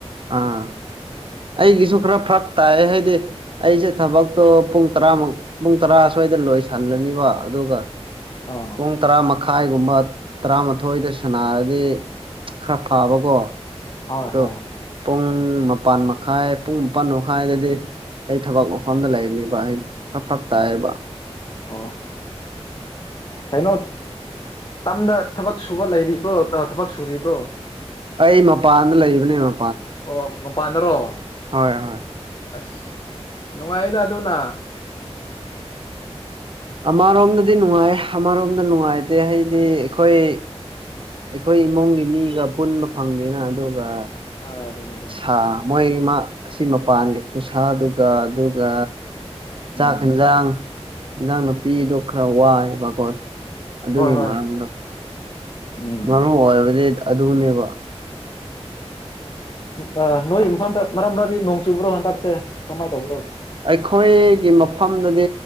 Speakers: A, on the right; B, on the left.
A: ꯑꯥ ꯑꯩꯒꯤꯁꯨ ꯈꯔ ꯐꯠ ꯇꯥꯏ ꯍꯥꯏꯗꯤ ꯑꯩꯁꯦ ꯊꯕꯛꯇꯣ ꯄꯨꯡ ꯇꯔꯥꯃꯨꯛ ꯄꯨꯡ ꯇꯔꯥ ꯁ꯭ꯋꯥꯏꯗ ꯂꯣꯏꯁꯜꯂꯅꯤꯕ ꯑꯗꯨꯒ
B: ꯑꯥ
A: ꯄꯨꯡ ꯇꯔꯥ ꯃꯛ ꯃꯈꯥꯏꯒꯨꯝꯕ ꯇꯔꯥꯃꯥꯊꯣꯏꯗ ꯁꯅꯥꯔꯗꯤ ꯈꯔ ꯐꯕꯀꯣ
B: ꯍꯣꯏ
A: ꯑꯗꯣ
B: ꯍꯣꯏ
A: ꯄꯨꯡ ꯃꯄꯥꯟ ꯃꯈꯥꯏ ꯄꯨꯡ ꯃꯄꯥꯟ ꯃꯈꯥꯏꯗꯗꯤ ꯑꯩ ꯊꯕꯛ ꯃꯐꯝꯗ ꯂꯩꯅꯤꯕ ꯑꯩ ꯐꯛ ꯐꯛ ꯇꯥꯏꯕ
B: ꯑꯣ ꯀꯩꯅꯣ ꯇꯝꯗ ꯊꯕꯛ ꯁꯨꯕ ꯂꯩꯔꯤꯕ꯭ꯔꯣ ꯑꯥ ꯊꯕꯛ ꯁꯨꯔꯤꯕ꯭ꯔꯣ
A: ꯑꯩ ꯃꯄꯥꯟꯗ ꯂꯩꯕꯅꯦ ꯑꯥ
B: ꯑꯣ ꯃꯄꯥꯟꯗꯔꯣ
A: ꯍꯣꯏ ꯍꯣꯏ
B: ꯑꯁ ꯅꯨꯡꯉꯥꯏꯅ ꯑꯗꯨꯅ
A: ꯑꯃꯔꯣꯝꯗꯗꯤ ꯅꯨꯡꯉꯥꯏꯌꯦ ꯑꯃꯔꯣꯝꯗ ꯅꯨꯡꯉꯥꯏꯇꯦ ꯍꯥꯏꯗꯤ
B: ꯑꯁ
A: ꯑꯩꯈꯣꯏ ꯑꯩꯈꯣꯏ ꯏꯃꯨꯡꯒꯤ ꯃꯤꯒ ꯄꯨꯟꯕ ꯐꯪꯗꯦꯅ ꯑꯗꯨꯒ
B: <unintelligible>
A: ꯁꯥ ꯃꯣꯏ ꯃꯥ ꯑꯁꯤ ꯃꯄꯥꯟꯒꯤ ꯈꯨꯁꯥꯗꯨꯒ ꯑꯗꯨꯒ ꯆꯥꯛ
B: ꯎꯝ
A: ꯍꯦꯟꯖꯥꯡ ꯏꯟꯖꯥꯡ ꯅꯥꯄꯤꯗꯣ ꯈꯔ ꯋꯥꯏꯕꯀꯣ ꯑꯗꯨꯒꯤ
B: ꯍꯣꯏ ꯍꯣꯏ
A: ꯃꯔꯝꯗꯣ
B: ꯎꯝ
A: ꯃꯔꯨ ꯑꯣꯏꯕꯗꯤ ꯑꯗꯨꯅꯦꯕ
B: ꯎ ꯑ ꯅꯣꯏ ꯃꯐꯝꯗ ꯃꯔꯛ ꯃꯔꯗꯤ ꯅꯣꯡ ꯆꯨꯕ꯭ꯔꯣ ꯍꯟꯗꯛꯁꯦ ꯀꯃꯥꯏ ꯇꯧꯕ꯭ꯔꯣ
A: ꯑꯩꯈꯣꯏꯒꯤ ꯃꯐꯝꯗꯗꯤ